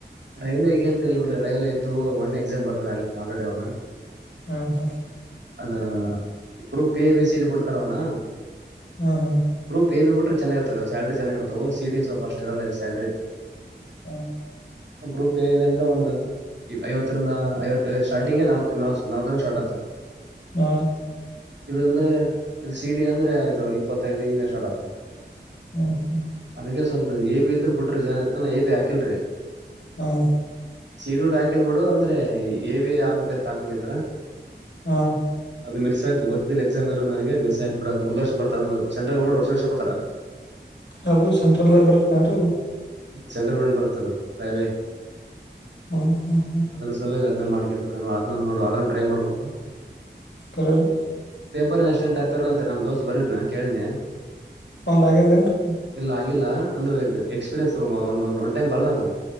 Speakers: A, on the right; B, on the left.
A: ರೈಲ್ವೆಗೆಗ ಅಂತ ಹೇಳ್ ಬಿಿ್ರಿ ರೈಲ್ವೆ ಎದ್ದ ಒಂದ ಎಕ್ಸಾಮ್ ಬದ್ರ ಅಲ್ರೆಡಿ ಅವ್ನ
B: ಹಾ ಹಾ
A: ಅದ ಗ್ರೂಪ್ ಎ ಬಿ ಸೀಟ್ ಬಿಡ್ತಾರ ಅವನ
B: ಹ್ಮ್ ಹ್ಮ್
A: ಗ್ರೂಪ್ ಎ ಬಿ ಬೀಟ್ರೆ ಚೆಾಗಿರ್ತ ಸಲ್ರಿ ಚೆಾಗಿರ್ತಾವ ಸಿ ಡಿ ಸ್ವಲ್ ಅಸ್ಟ್ ಇರಲ್ಲ ಸ್ಯಾಲ್ರಿ
B: ಹಾ
A: ಗ್ರೂಪ್ ಏ ಬೀ ಅಂದ್ರೆ ಒಂದು ಐವತ್ತರಿಂದ ಐವತ್ತು ಸ್ಟಾರ್ಟಿಂಗ್ ನಲ್ ನಲ್ವತ್ತು ಸ್ಟಾರ್ಟ್ ಆತಾ
B: ಹ್ಮ
A: ಇದು ಅಂದ್ರೆ ಇದು ಸಿ ಡಿ ಅಂದ್ರೆ ಇದು ಇಪ್ಪತ್ತೈದು ಇಂಗ್ಲೀಷ್ ಆಡತ್ತ
B: ಹ್ಮ್ ಹ್ಮ್
A: ಅದಕ್ಕೆ ಸ್ವಲ್ಪ ಏ ಬಿ ಇದ್ರ ಬಿಟ್ರಿ ಜನತಾನ ಬಿ ಹಾಕಿಲ್ರಿ
B: ಹಾ
A: ಸೀಡ್ಡ್ ಹಾಕಿಲ್ ಬಿಿಡು ಅಂದ್ರೆ ಎಏವಿ ಹಾಕಕತ್ ಹಾಕಂಗಿದ್ರ
B: ಹಾ
A: ಅದು ಮಿಸ ಆಯ್ು ಗೊತ್ತಿಲ್ಲ ಎಕ್ಸಾಮ್ ಇೋ ನನ ಮ್ ಆಯ್ ಬಿಡ ಅ ಮುಂದ ವರ್ಷ ಬತ ಸಂಟರ್ ಗಮಟ್ ವರ್ ವರ್ಷ ಬಿಡ್ತಾರ
B: ಅದು ಸೆಂಟ್ರಲ್ ಬರುತ್ತೆೇಏನ್ೀ
A: ಸೆಂಟ್ರಲ್ ಗೋರ್ಮೆಟ್ ಬರ್ತದ ರೈಲ್ವೆ
B: ಹಾ ಹಾ ಹಾ
A: ಅದ್ರ ಸಲಾಗಿ ಅದನ್ನ ಮಾಡಕಬೇಕ ಅದ್ ನೋಡು ಅದನ್ನ ಟ್ರೈ ಮಾಡ್ಬೇಕು
B: ಕರೆ ರೀ
A: ಪೇಪರ್ ಅಷ್ಟೆನ್ಾಕ್ತರದ ಅಂತಾರೆ ನಮ್ ದೋಸ ಬರದ್ನ ಕೇಳನೆ
B: ಅವ್ನದು ಆಗದೇನ್ರಿ
A: ಇಲ್ಲ ಆಗಿಲ್ಲ ಅಂದ್ರೆ ಎಕ್ಸ್ಪೀರಿಯನ್ಸ್ ಒಂದ ಒ್ ಟೈಮ್ ಬರ್ದ ನಾನ್